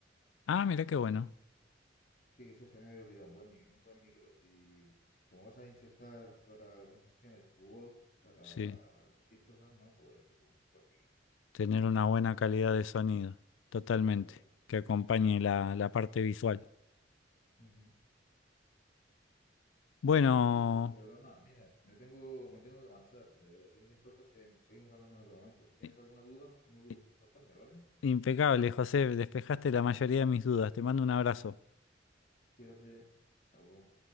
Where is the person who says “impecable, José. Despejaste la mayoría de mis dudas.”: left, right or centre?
Left